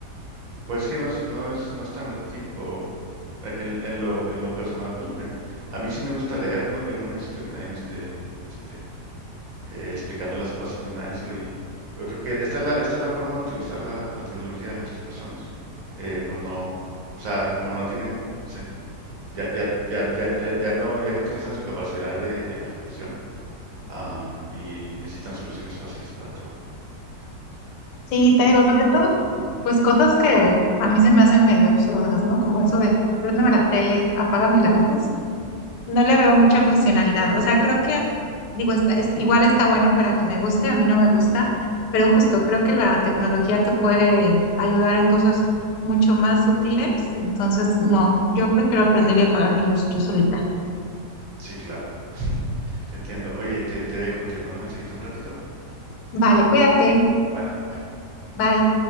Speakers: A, on the right; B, on the left.
A: pues que no es, no es, no es tan útil o e, en, en lo, en lo personal, pues me, a mí sí me gusta leer, ¿no? Yo no necesito que nadie me esté, este, eh, explicando las cosas ni nada de eso y yo creo que esta es la, esta es la forma de utilizar la, la tecnología de muchas personas, eh, por no, o sea, como no tienen, no sé, Ya, ya, ya, ya, ya, ya no, ya no utilizan su capacidad de, de imaginación, am, y necesitan soluciones fáciles para todo.
B: Sí, te digo, sobre todo, pues cosas que a mí se me hacen medio absurdas, ¿no? Como eso de préndeme la tele, apágame la <laughs> luz. No le veo mucha funcionalidad. O sea, creo que, digo, está, es- igual está bueno para quien le guste, a mí no me gusta, pero justo creo que la tecnología te puede ayudar en cosas mucho más útiles. Entonces, no, yo prefiero aprender y apagar mi luz yo solita.
A: Sí, claro. Te entiendo. Oye, te, te dejo, te mando un mensajito en un ratito.
B: Vale, cuídate.
A: Vale, bye bye.
B: Bye.